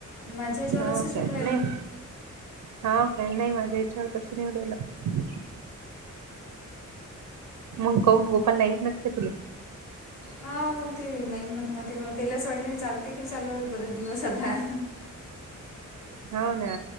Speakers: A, on the left; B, on the right.
A: माझ्या ह्याच्यावर
B: हो
A: असंच
B: काय
A: होऊन राहिलं
B: नाही हा का नाही माझ्या याच्यावर तसं नाही उडवलं मग कौन गोपाल नाही म्हणत का तुला
A: हा मग ते नाही म्हणत ना ते. तेला असं वाटलं हे चालते की नाही चालत बरेच दिवस आता.
B: हो ना.